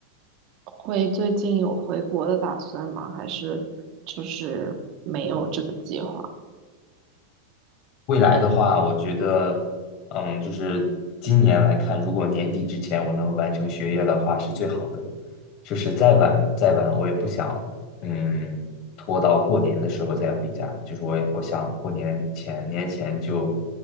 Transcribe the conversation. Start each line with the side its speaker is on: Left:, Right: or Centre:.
Right: 会最近有回国的打算吗？还是就是没有这个计划？
Left: 未来的话，我觉得，嗯，就是今年来看，如果年底之前我能完成学业的话，是最好的。就是再晚再晚，我也不想，嗯，拖到过年的时候再回家。就是我也我想过年前年前就